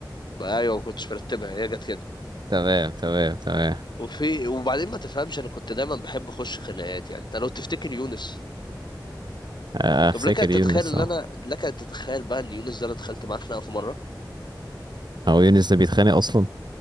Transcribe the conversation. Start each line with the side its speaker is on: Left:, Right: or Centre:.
Left: ايوه ما كنتش مرتبها هي جت كده
Right: تمام تمام تمام
Left: وفي وبعدين ما تفهمش انا كنت دايما بحب اخش خناقات يعني انت لو تفتكر يونس
Right: آه، آه، افتكر
Left: طب لك ان تتخيل
Right: يونس
Left: ان
Right: اه
Left: انا لك ان تتخيل بقى ان يونس ده انا دخلت معاه خناقه في مره
Right: هو يونس ده بيتخانق اصلا